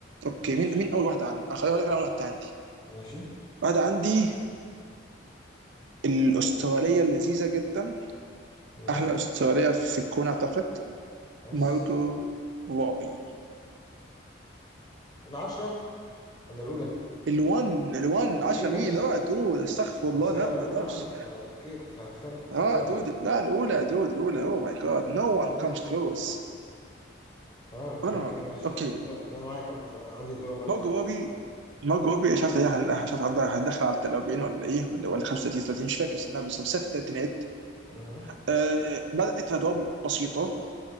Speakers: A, on the right (about 70°); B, on the left (about 20°).
A: اوكي
B: ماشي
A: مين مين اول واحده عندي اخليها لك انا اول واحده عندي
B: ماشي
A: واحده عندي الاستراليه اللذيذه جدا
B: ايوه
A: احلى استراليه في الكون اعتقد
B: بس
A: مارجو روبي
B: العشرة ولا الأولى؟
A: الون الون
B: اوكي
A: 10
B: ماشي
A: مين اه دود استغفر الله
B: بس
A: لا
B: هي
A: ما
B: الأولى
A: اقدرش
B: عندي فا اوكي كنت هتخانق طيب، سيبك
A: اه دود
B: دلوقتي
A: لا الاولى يا دود الاولى اوه ماي جاد نو
B: اه
A: وان
B: ماشي
A: كمز كلوز
B: تمام إذا
A: انا
B: كان
A: روبي
B: كده ماشي
A: اوكي
B: كده أنا معاك عم بس أنا عندي الأولى مارجو
A: مارجو
B: روبي
A: روبي مارجو روبي شاف تقريباً- شاف عندها داخله على 40 ولا ايه ولا ولا 35 30 مش فاكر سنها بالظبط بس في الثلاثينات
B: مم.
A: آه بدات في ادوار بسيطه